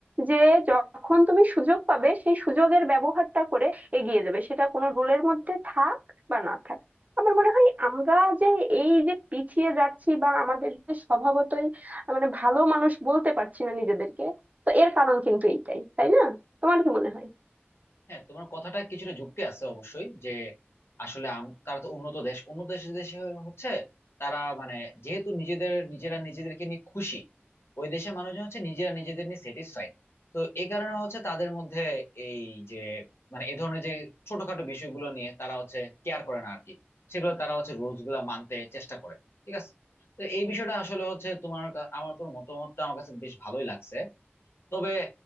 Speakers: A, on the right (about 40°); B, on the left (about 75°).
A: যে যখন তুমি সুযোগ পাবে সেই সুযোগের ব্যবহারটা করে এগিয়ে যাবে সেটা কোনো রুলের মধ্যে থাক বা না থাক আমার মনে হয় আমরা যে এই যে পিছিয়ে যাচ্ছি বা আমাদের যে স্বভাবতই মানে ভালো মানুষ বলতে পারছি না নিজেদেরকে তো এর কারণ কিন্তু এইটাই তাই না তোমার কি মনে হয়
B: হ্যাঁ তোমার কথাটা কিছুটা যুক্তি আছে অবশ্যই যে আসলে আম- তারা তো উন্নত দেশ উন্নত দেশের দেশে হচ্ছে তারা মানে যেহেতু নিজেদের নিজেরা নিজেদেরকে নিয়ে খুশি ওই দেশের মানুষজন হচ্ছে নিজেরা নিজেদের নিয়ে স্যাটিসফাইড তো এই কারণে হচ্ছে তাদের মধ্যে এই যে মানে এ ধরনের যে ছোটখাটো বিষয়গুলো নিয়ে তারা হচ্ছে কেয়ার করে না আর কি সেগুলো তারা হচ্ছে রুলস গুলা মানতে চেষ্টা করে ঠিক আছে তো এই বিষয়টা আসলে হচ্ছে তোমার কা- আমার তোমার মতামতটা আমার কাছে বেশ ভালোই লাগছে তবে